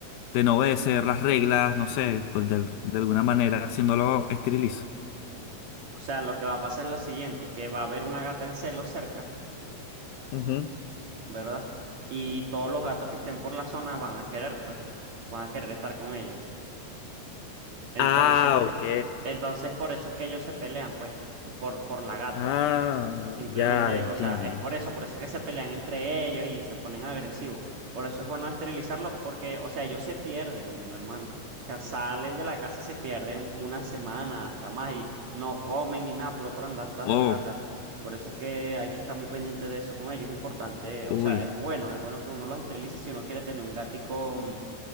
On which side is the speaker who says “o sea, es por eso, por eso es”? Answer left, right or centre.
Right